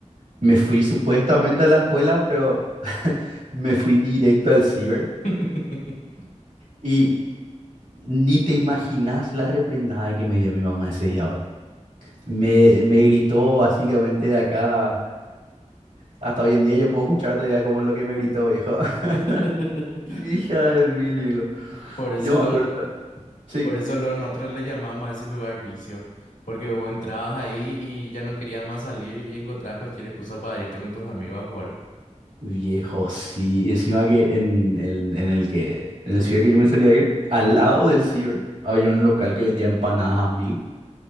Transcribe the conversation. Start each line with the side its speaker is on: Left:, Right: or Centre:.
Right: me fui supuestamente a la escuela, pero <laughs> me fui directo al ciber
Left: <laughs>
Right: y ni te imaginas la reprendada que me dio mi mamá ese
Left: Uh,
Right: día. boludo. Me, me gritó básicamente de acá, hasta hoy en día yo puedo escuchar todavía como lo que me gritó, viejo.
Left: <laughs>
Right: <laughs> Hija de mil, viejo.
Left: Por eso
Right: Yo me
Left: lo,
Right: acuerdo, sí.
Left: Por eso lo- nosotros le llamamos a ese lugar vicio, porque vos entrabas ahí y ya no querías más salir y encontrabas cualquier excusa para irte con tus amigos a jugar.
Right: Viejo, sí. Y encima que en, en, en el que, en el ciber que yo me solía ir, al lado del ciber, había un local que vendía empanadas a mil.